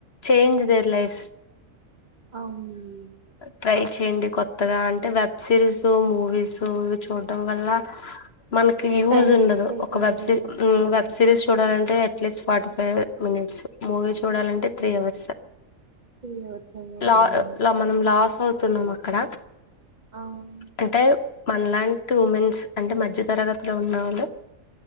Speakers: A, on the left; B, on the right.
A: చేంజ్ దేర్ లైఫ్.
B: అవును.
A: ట్రై చేయండి కొత్తగా అంటే వెబ్ సిరీస్ మూవీస్ ఇవి చూడటడం వల్ల. మనకి యూజ్
B: టైం
A: ఉండదు
B: వేస్ట్ అయిపోద్ది
A: ఒక వెబ్ సిర్ ఉమ్
B: అవును
A: వెబ్ సిరీస్ చూడాలంటే. ఎస్ ఫార్టీ ఫైవ్ మినిట్స్ మూవీస్. చూడాలి అంటే త్రీ హౌర్స్
B: త్రీ అవర్స్ ఏమో అవునండి
A: ల లాప్. మనం లాస్ అవుతున్నాం అక్కడ
B: అవును
A: అంటే. మన లాంటి ఉమెన్స్ అంటే మధ్య తరగతిలో ఉన్నవాళ్ళు.